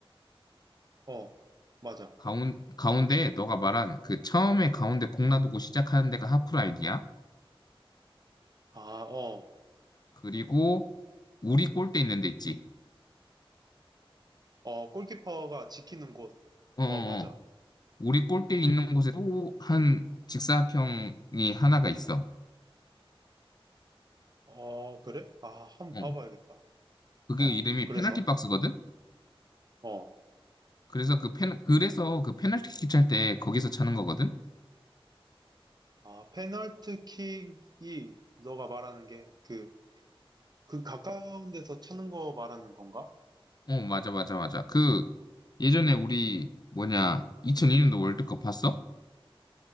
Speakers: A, on the right (about 45°); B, on the left (about 45°).
A: 어, 맞아.
B: 가운, 가운데 너가 말한 그 처음에 가운데 공 놔두고 시작하는 데가 하프라인이야.
A: 아, 어,
B: 그리고 우리 골대 있는 데 있지.
A: 어, 골키퍼가 지키는 곳.
B: 어, 어,
A: 어, 맞아.
B: 어. 우리 골대 있는 곳에 또 한 직사각형이 하나가 있어.
A: 어, 그래? 아, 한번
B: 어.
A: 봐봐야겠다.
B: 그게
A: 어,
B: 이름이
A: 그래서,
B: 페널티 박스거든.
A: 어,
B: 그래서 그 페, 그래서 그 페널티킥 찰 때 거기서 차는 거거든.
A: 아, 페널티킥이 너가 말하는 게 그, 그 가까운 데서 차는 거 말하는 건가?
B: 어, 맞아, 맞아, 맞아. 그 예전에 우리 뭐냐 2002년도 월드컵 봤어?